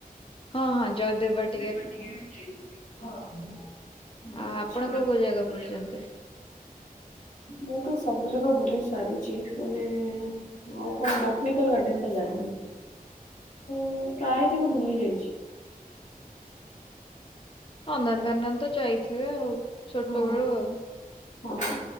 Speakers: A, on the left; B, on the left.
A: ହଁ ହଁ ଜୟଦେବ ବାଟ
B: <inaudible>
A: ଆ ଆପଣ କୋଉ କୋଉ ଜାଗା ବୁଲିଛନ୍ତି
B: ମୁଁ ତ ସବୁ ଜାଗା ବୁଲି ସାରିଛି। ମାନେ ମୁଁ ଆଉ କଣ ବଟାନିକାଲ ଗାର୍ଡେନ ଟା ଯାଇନି। ମୁଁ ପ୍ରାୟ ଜାଗା ବୁଲି ଯାଇଛି।
A: ନନ୍ଦନକାନନ ତ ଯାଇଥିବେ ଆଉ। ଛୋଟ
B: ହଁ
A: ବେଳୁ ଆଉ।
B: ହଁ